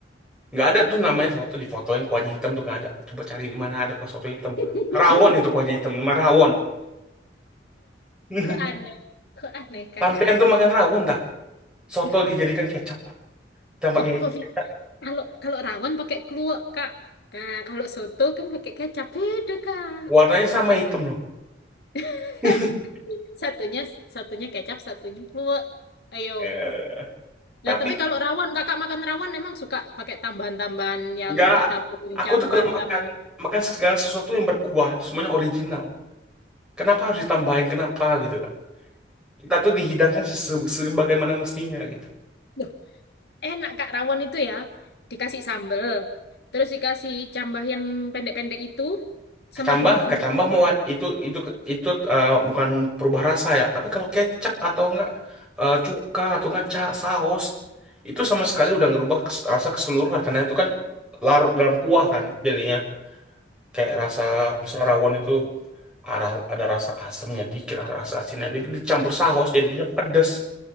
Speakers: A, in the centre; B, on the left.
A: Nggak ada tuh namanya soto di foto yang kuahnya hitam tuh nggak ada. Coba cari di mana ada kuah soto hitam.
B: <laughs>
A: Rawon itu kuahnya hitam, nama rawon. <laughs>
B: Kok aneh? Kok aneh, Kakak?
A: Sampean tuh makan rawon dah. Soto
B: Nah,
A: dijadikan kecap. Jangan
B: Loh, kok bisa?
A: kecap.
B: Kalau kalau rawon pakai kluwek, Kak. Nah, kalau soto kan pakai kecap beda, Kak.
A: Warnanya sama hitam loh.
B: <laughs>
A: <laughs>
B: Satunya satunya kecap, satunya kluwek. Ayo.
A: Eh, tapi
B: Nah, tapi kalau rawon, kakak makan rawon emang suka pakai tambahan-tambahan yang
A: nggak.
B: ditaburin
A: Aku
B: cambah
A: tuh kalau makan
B: sama.
A: makan segala sesuatu yang berkuah itu semuanya original. Kenapa harus ditambahin? Kenapa gitu kak? Kita tuh dihidangkan sese- sebagaimana mestinya gitu.
B: Loh, enak kak rawon itu ya. Dikasih sambel, terus dikasih cambah yang pendek-pendek itu
A: Kecambah,
B: sama bawang goreng.
A: kecambah mau itu itu itu eh, bukan perubah rasa ya. Tapi kalau kecap atau enggak eh, cuka atau enggak ca saus itu sama sekali udah ngerubah kes- rasa keseluruhan karena itu kan larut dalam kuah kan jadinya. kayak rasa misalnya rawon itu ara- ada rasa asamnya dikit ada rasa asinnya dikit dicampur saus jadinya pedes